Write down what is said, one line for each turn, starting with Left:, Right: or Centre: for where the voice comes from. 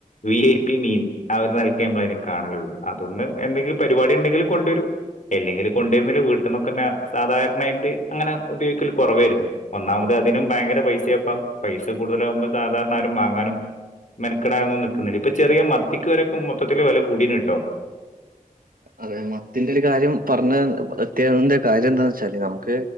Left: വി ഐ പി മീൻ ആ ഒരു നൽക നമ്മൾ അതിനെ കാണൂ അതൊന്ന് എന്തെങ്കിലും പരിപാടി ഉണ്ടെങ്കിൽ കൊണ്ടുവരും അല്ലെങ്കില് കൊണ്ടുവരുന്നല് വീട്ടിൽന്നൊക്കെ തന്നെ സാധാരണയായിട്ട് അങ്ങനെ ഉപയോഗിക്കൽ കുറവായിരിക്കും ഒന്നാമത് അതിനും ഭയങ്കര പൈസയപ്പാ പൈസ കൂടുതലാകുമ്പോ സാധാരണ ആരും വാങ്ങാനും മെനക്കെടാനൊന്നും നിക്കുന്നില്ല ഇപ്പൊ ചെറിയ മത്തിക്ക് വരെ മൊത്തത്തില് വില കൂടീന്ന് കട്ടോ
Right: അതെ മത്തിന്റെ ഒരു കാര്യം പറഞ്ഞ എത്യാന്റെ കാര്യം എന്താന്ന് വച്ചാല് നമുക്ക്